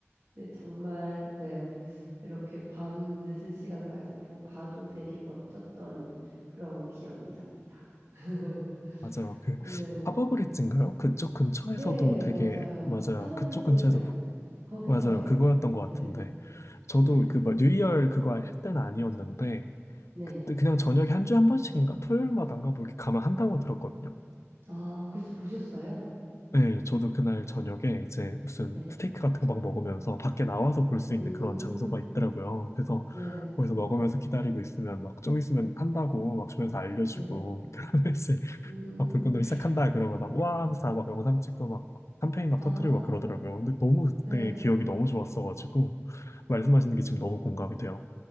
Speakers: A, on the right; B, on the left.
A: 네, 정말, 네, 이렇게 밤 늦은 시간까지 보, 봐도 되게 멋졌던 그런 기억이 납니다. <laughs>
B: 맞아요. 그
A: 오늘,
B: 하버브릿지인가요? 그쪽 근처에서도
A: 네,
B: 되게
A: 맞아요.
B: 맞아요.
A: 하버브릿지에서요.
B: 그쪽 근처에서
A: 거기서
B: 맞아요.
A: 해요.
B: 그거였던 것 같은데
A: 네,
B: 저도
A: 네,
B: 그뭐 뉴이얼 그거 할 때는 아니었는데
A: 네.
B: 그때 그냥 저녁에 한 주에 한 번씩인가 토요일마다인가 뭐 이렇게 가면 한다고 들었거든요.
A: 아, 그래서 보셨어요?
B: 네, 저도 그날 저녁에 이제 무슨
A: 네.
B: 스테이크 같은 거 막 먹으면서 밖에 나와서 볼 수
A: 음,
B: 있는 그런 장소가 있더라고요. 그래서
A: 네,
B: 거기서 먹으면서 기다리고 있으면 막 좀 있으면 한다고 막 주면서 알려주고
A: 네.
B: <laughs> 그러면 이제
A: 음,
B: 막 불꽃놀이 시작한다 그러고 막와 하면서 다막 영상 찍고 막 샴페인 막
A: 아,
B: 터트리고 막 그러더라고요. 근데 너무 그때
A: 네.
B: 기억이 너무 좋았어가지고 말씀하시는 게 지금 너무 공감이 돼요.